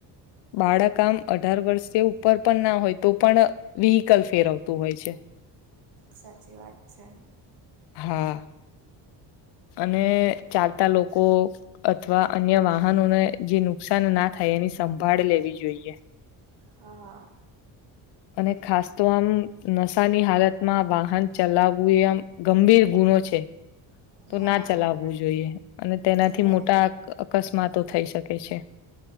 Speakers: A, on the left; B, on the right.
A: બાળક આમ અઢાર વર્ષથી ઉપર પણ ના હોય તો પણ વ્હીકલ ફેરવતું હોય છે.
B: સાચી વાત છે.
A: હા. અને ચાલતા લોકો અથવા અન્ય વાહનોને જે નુકસાન ના થાય એની સંભાળ લેવી જોઈએ.
B: હા.
A: અને ખાસ તો આમ નસ સા ની હાલતમાં વાહન ચલાવવું એ ગંભીર ગુનો છે. તો
B: હા
A: ના ચલાવવું જોઈએ અને તેનાથી
B: અને
A: મોટા અકસ્માતો થઈ શકે છે. <inaudible>